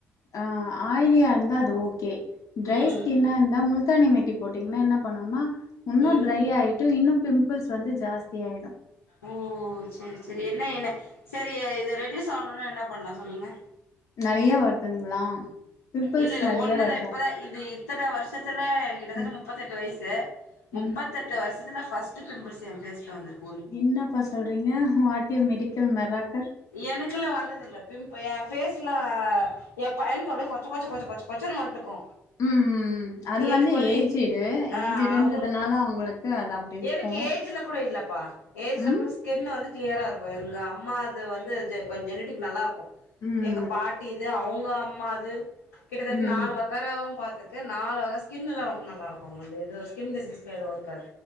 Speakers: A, on the left (about 50°); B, on the left (about 80°).
A: ஆ ஆய்லியா இர்ந்தா அது ஓகே ட்ரை
B: ம்
A: ஸ்கின்னா இந்தா முல் தானி மெட்டி போட்டீங்கன்னா என்ன பண்ணுனா உன்னு
B: ம்
A: ட்ரை ஆய் ட்டு இன்னு பிம்பிள்ஸ் வந்து ஜாஸ்தியாயிடு
B: ஓ சேர் சேரி என்ன என்ன செரி இது ரெடியூஸ் ஆவ்னுனா என்ன பண்லா சொல்லுங்க
A: நறையா வருதுங்ளா பிம்பிள்ஸ்
B: இல்ல இல்ல
A: நறையா
B: ஒண்ணுதா
A: வர்தா
B: இப்பதா இது இத்தன வர்ஷத்துல எனக்கு கிட்டத்தட்ட
A: ம்
B: முப்பத்தெட்டு வய்சு முப்பத்
A: ம்
B: தெட்டு வர்ஷத்துல ஃபர்ஸ்ட்டு பிம்பிள்ஸ் எ ஃபேஸ்ல வந்துருக்
A: என்னப்பா சொல்றீங்க வாட்டிய மெடிக்கல் மெராக்கல்
B: எனக்குல்லா வந்ததில்ல பிம்ப எ ஃபேஸ்லா எ பையனுக்கு அப்டியே கொச்சகொச்சகொச்சகொச்சகொச்சன்னு வன்ட்டுக்கு
A: ம் ம் ம். அது
B: எனக்கு வந்து
A: ஏஜ்டு
B: ஆ
A: ஏஜ்டுன்றதுனால
B: அவுங்குள்க்கு
A: அவங்களுக்கு அது அப்டி இருக்கு
B: எனக்கு ஏஜூலப் கூட இல்லப்பா ஏஜ்ல
A: ம்
B: கூட ஸ்கின்னு வந்து கிளியரா இருக்கு எங்க அம்மாது வந்து ஜெ கொஞ் ஜெனிட்டிக் நல்லாருக்கு
A: ம்
B: எங்க பாட்டி இது அவுங்க அம்மாது கிட்டதட்ட
A: ம்
B: நாலு வக் வகராவும் பாத்துருக்கே நாலு வக ஸ்கின்னுலா ரொம்ப நல்லாருக்கு அவுங்குள்து எது ஸ்கின் டிசீஸ்லா எது இருக்காது